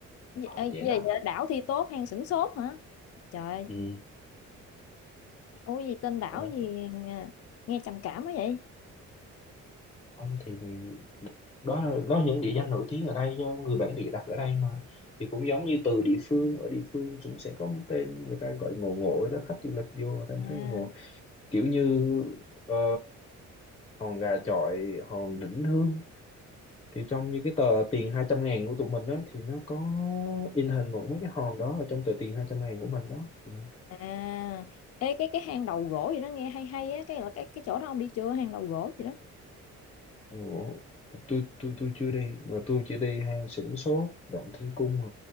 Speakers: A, on the left; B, on the left.
A: Ờ,
B: Ê,
A: vậy đó
B: về đảo thi tốt hang sửng sốt hả trời
A: ừ.
B: ôi gì tên đảo
A: đó.
B: gì nghe nghe trầm cảm quá vậy
A: không thì vì đó là, đó là những địa danh nổi tiếng ở đây do người bản địa đặt ở đây mà thì cũng giống như từ địa phương ở địa phương cũng sẽ có một tên người ta gọi ngộ ngộ đó khách du lịch vô người ta
B: à
A: thấy ngộ kiểu như ờ, hòn gà chọi hòn đỉnh hương thì trong như cái tờ tiền hai trăm ngàn của tụi mình á thì nó có in hình một mấy cái hòn đó ở trong tờ tiền 200 ngàn của mình đó ừ.
B: à Ê, cái cái hang đầu gỗ gì đó nghe hay hay á cái là cái cái chỗ đó ông đi chưa hang đầu gỗ gì đó
A: Ừ. tôi tôi tôi chưa đi mà tôi chỉ đi hang Sửng Sốt Động Thiên Cung mà